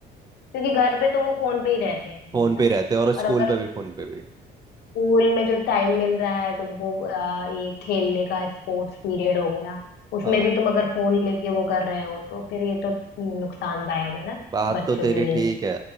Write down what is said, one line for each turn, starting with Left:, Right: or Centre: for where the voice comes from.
Left: क्योंकि घर पे तो वो फोन पे ही रहते हैं हमेशा
Right: फ़ोन पे ही रहते हैं और स्कूल
Left: और अगर
Right: पे भी फ़ोन पे भी
Left: स्कूल में जो टाइम मिल रहा है तुमको अ, ये खेलने का स्पोर्ट्स पीरियड हो गया उसमें
Right: हाँ
Left: भी तुम अगर फोन लेके वो कर रहे हो तो फिर ये तो नुकसानदायक है ना
Right: बात
Left: बच्चों
Right: तो तेरी
Left: के
Right: ठीक
Left: लिए
Right: है